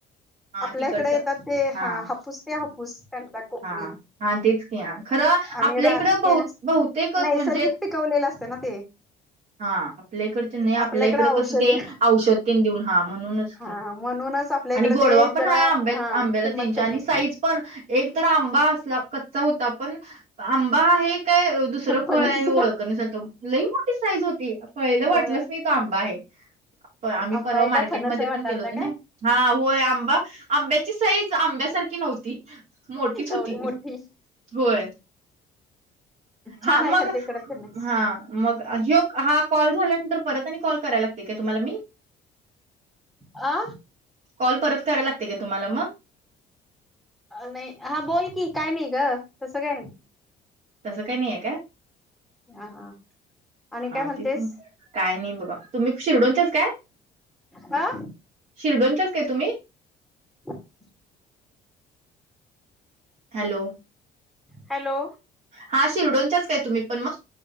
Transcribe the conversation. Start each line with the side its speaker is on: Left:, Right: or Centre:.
Right: हां
Centre: आपल्या
Right: तिकडचं
Centre: इकडे येतात ते
Right: हां
Centre: ह हापूस ते हापूस. <unintelligible> कोकणी,
Right: हां. हां तेच की हां. खरं
Centre: आणि
Right: आपल्या
Centre: राह
Right: इकडं बहु
Centre: ते,
Right: बहुतेक
Centre: नैसर्गिक.
Right: म्हणजे
Centre: पिकवलेलं असतं ना ते.
Right: हा आपल्याकडच नाही आपल्या
Centre: आपल्याकडे
Right: इकड कसं
Centre: औषधी
Right: ते औषध ते देऊन हा म्हणूनच
Centre: हा म्हणूनच आपल्या इकडे
Right: आणि गोडवा
Centre: ते
Right: पण
Centre: जरा
Right: हाय आंबत,
Centre: हा
Right: आंब्याला
Centre: किंमत
Right: त्यांच्या
Centre: कमी
Right: आणि
Centre: असते
Right: साईज पण एक तर आंबा असला कच्चा होता पण, आंबा आहे काय दुसरं फळ
Centre: फणस
Right: आहे हे ओळखना झालत लई मोठी साईज होती पहिला वाटलंच
Centre: होय
Right: नाही. तो आंबा आहे, आम्ही
Centre: आंबा
Right: परवा
Centre: आहे
Right: मार्केटमध्ये
Centre: काय फणस आहे वाटालता
Right: पण गेलो होतो नई.
Centre: काय
Right: हा होय आंबा, आंब्याची साईज आंब्यासारखी नव्हती. मोठीच होती,
Centre: एवढी मोठी
Right: होय. हा
Centre: छान
Right: मग,
Centre: आहे खर ते इकडे फणस
Right: हा. मग हो हा कॉल झाल्यानंतर परत आणि कॉल करायला लागतय काय तुम्हाला मी.
Centre: अ
Right: कॉल परत करायला लागतय काय तुम्हाला म.
Centre: नाही हा बोल की काय नाही ग तसं काय नाही.
Right: तसं काही नाही आहे का,
Centre: हा आणि
Right: हा
Centre: काय म्हणतेस
Right: तेच काय नाही बघा. तुम्ही शिर्डोंनच्याच काय,
Centre: हा
Right: शिर्डोंनच्याच काय तुम्ही?
Centre: <inaudible>
Right: हॅलो.
Centre: हॅलो.
Right: हा शिरडोंनच्याच काय तुम्ही पण मग.